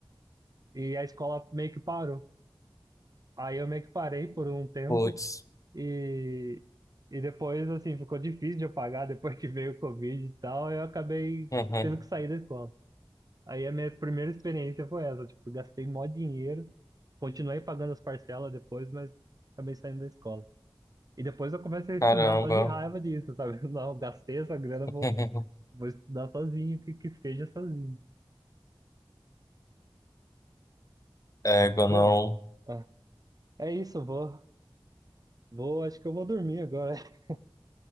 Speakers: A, on the right; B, on the left.
A: E a escola meio que parou. Aí eu meio que parei por um tempo
B: Putz.
A: e, e depois, assim, ficou difícil de eu pagar depois que veio o Covid e tal, eu acabei
B: Uhum.
A: tendo que sair da escola. Aí a minha primeira experiência foi essa, tipo, gastei mó dinheiro, continuei pagando as parcelas depois, mas acabei saindo da escola. E depois eu comecei a
B: Caramba.
A: estudar só de raiva disso, sabe? <laughs> Não, gastei essa grana,
B: <laughs>
A: vou, vou estudar sozinho, que, que seja sozinho.
B: Égua,
A: Bom,
B: não.
A: ah, é isso, vou, vou, acho que eu vou dormir agora. <laughs>